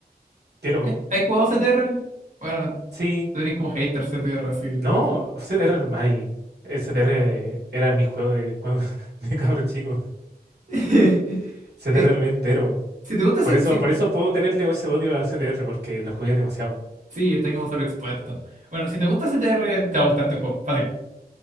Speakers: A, on the right (about 85°); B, on the right (about 50°).
A: quiero.
B: Eh, ¿Has jugado CTR? Bueno,
A: Sí,
B: tú eres como hater CTR, así que tampoco.
A: No, CTR, Mari. eh, CTR era mi juego de, cuando, <laughs> de cabro chico.
B: <laughs>
A: CTR
B: Eh,
A: lo vi entero.
B: si te gusta. C-
A: Por eso,
B: Si...
A: por eso puedo tenerle ese odio a CTR, porque lo jugué demasiado.
B: Sí, está como sobreexpuesto. Bueno, si te gusta CTR, te va a gustar este juego. Fácil.